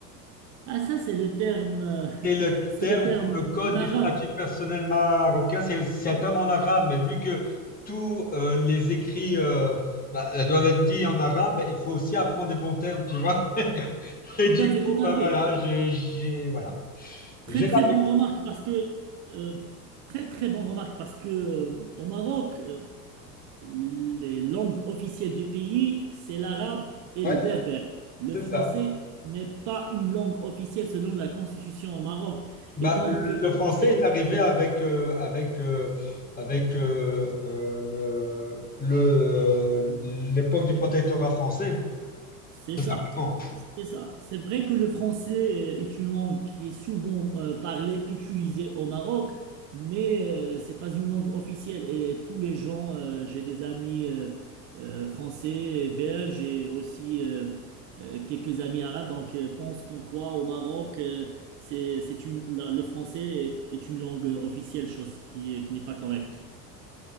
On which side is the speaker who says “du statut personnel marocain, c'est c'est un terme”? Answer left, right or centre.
Left